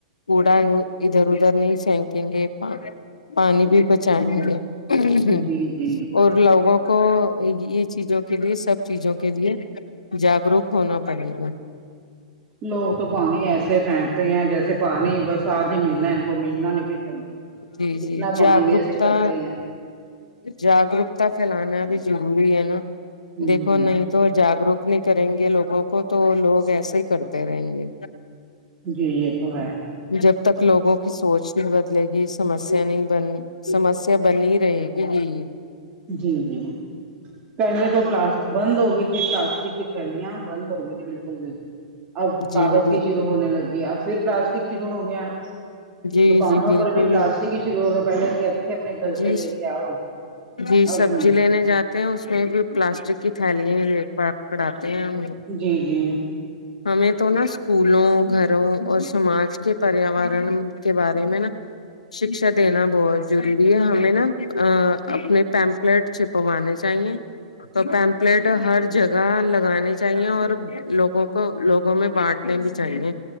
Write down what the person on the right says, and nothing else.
جی جی
لوگ تو پانی ایسے پھینکتے ہیں جیسے پانی بس آج ہی ملنا ہے ان کو ملنا نہیں پھر کبھی
اتنا
پانی ویسٹ کرتے ہیں
ہ
ہ
جی یہ تو ہے
جی جی پہلے تو پلاسٹ بند ہوگی تھی اپنی پلاسٹک کی تھیلیاں بند ہوں گئی بالکل بھی اب
کاغذ
کی شروع ہونے لگ گی اب پھر پلاسٹک شروع ہو گیا
دکانوں
پر بھی پلاسٹک ہی شروع ہو گیا پہلے کہتے تھے اپنے گھر
سے لے کے آؤ
اب
نہیں
جی جی